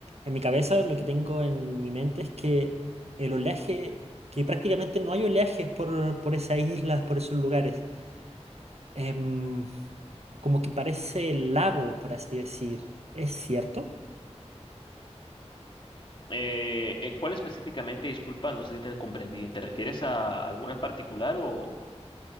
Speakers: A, on the right; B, on the left.
A: en mi cabeza lo que tengo en mi mente es que el oleaje, que prácticamente no hay oleajes por, por esas islas, por esos lugares. Em, como que parece lago, por así decir. ¿Es cierto?
B: Eh, eh, ¿cuál específicamente? Disculpa, no sé si te comprendí bien. ¿Te refieres a alguna en particular o